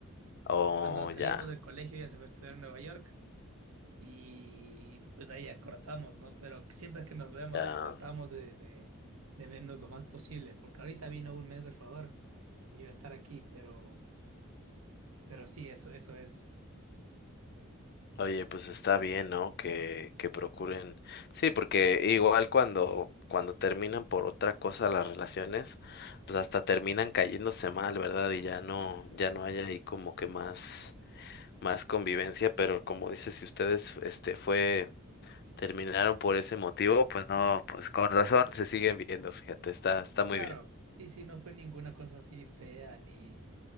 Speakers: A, on the left; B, on the right.
A: Oh,
B: Cuando salimos
A: ya,
B: del colegio, ella se fue a estudiar en Nueva York y pues ahí acortamos, ¿no? Pero siempre que nos vemos,
A: ya.
B: tratamos de, de, de vernos lo más posible, porque ahorita vino un mes de Ecuador y va a estar aquí, pero, pero sí, eso, eso es.
A: Oye, pues está bien, ¿no? Que, que procuren. Sí, porque igual cuando, cuando terminan por otra cosa las relaciones, pues hasta terminan cayéndose mal, ¿verdad? Y ya no, ya no hay ahí como que más. más convivencia, pero como dices, si ustedes este fue terminaron por ese motivo, pues no, pues con razón se siguen viendo, fíjate, está está muy
B: Claro,
A: bien.
B: sí, sí, no fue ninguna cosa así fea ni,